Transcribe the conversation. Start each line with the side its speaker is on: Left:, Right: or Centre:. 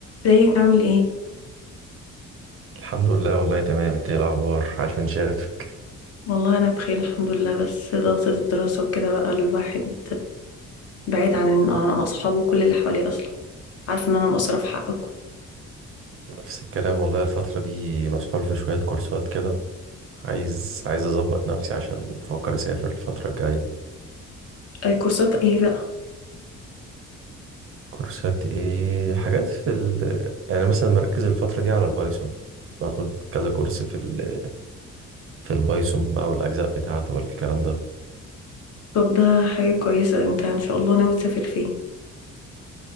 Left: ازيك عامل ايه؟
Right: الحمد لله والله تمام انت ايه الاخبار عاش من شافك
Left: والله انا بخير الحمد لله بس ضغطة الدراسة وكده بقى الواحد بعيد عن عن اصحابه كل اللي حواليه اصلا عارفه ان انا مقصرة في حقكم
Right: نفس الكلام والله الفترة دي مسحول في شوية كورسات كده عايز عايز اظبط نفسي عشان بفكر اسافر الفترة الجاية
Left: أي كورسات ايه بقى؟
Right: كورسات ايه حاجات في ال... يعني مثلا مركز الفترة دي على البايثون باخد كذا كورس في ال... في البايثون بقى والاجزاء بتاعته والكلام ده
Left: طب ده حاجة كويسة انت ان شاء الله ناوي تسافر فين؟